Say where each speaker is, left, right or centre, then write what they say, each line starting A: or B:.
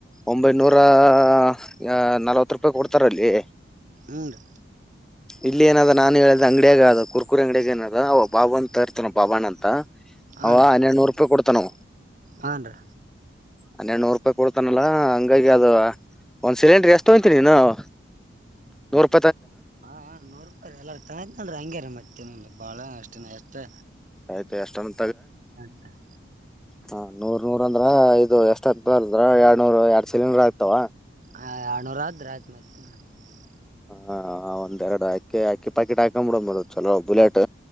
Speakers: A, in the centre; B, on the right (about 40°).
A: ಒಂಬೈನೂರಾ. ಆ ನಲವತ್ ರೂಪಾಯಿ ಕೊಡ್ತಾರಲ್ಲಿ.
B: ಹುನ್ರಿ.
A: ಇಲ್ಲಿ ಏನಾದ ನಾನನ್ ಹೇಳ್ದ ಅಂಗಡಿಯಾಗ ಅದ ಕುರ್ಕುರಿ ಅಂಗಡಿಯಾಗ ಏನದ ಅವ ಬಾಬ ಅಂತ ತ ಇರ್ತನ ಬಾಬಾಣ್ಣ ಅಂತ.
B: ಹನ್ರಿ
A: ಅವ ಹನ್ನೊಂದನೂರ ರೂಪಾಯಿ ಕೊಡ್ತನ.
B: ಹನ್ರಿ.
A: ಹನ್ನೊಂದನೂರ ರೂಪಾಯಿ ಕೊಡ್ತಾನಲ್ಲಾ ಹಂಗಾಗಿ ಅದ ಒಂದ್ ಸಿಲಿಂಡ್ರಿ ಎಷ್ಟ ತಗೊಂತಿ ದಿನ್ನ. <inaudible>
B: ಹಾ ನೂರು ರೂಪಾಯಿ ಎಲ್ಲಾರ ತತ್ನಲ್ರಿ ಹಂಗ್ಯಾರ ಮತ್ತನ ಬಾಳ ಅಷ್ಟೇ ಎಷ್ಟೇ.
A: ಆಯ್ತು ಎಷ್ಟನ್
B: <unintelligible>
A: ಹ ನೂರ್ ನೂರ್ ಅಂದ್ರ ಇದು ಎಷ್ಟ ಆಗ್ತಾರದ್ರ ಎರಡ್ ನೂರ್ ಎರಡ್ ಸಿಲಿಂಡರ್ ಆಗ್ತಾವ.
B: <unintelligible>
A: ಹ ಒಂದೆರಡು ಅಕ್ಕಿ ಅಕ್ಕಿ ಪಾಕೆಟ್ ಹಾಕೊಬುಬೇಕ್ ಚಲೋ ಬುಲೆಟ್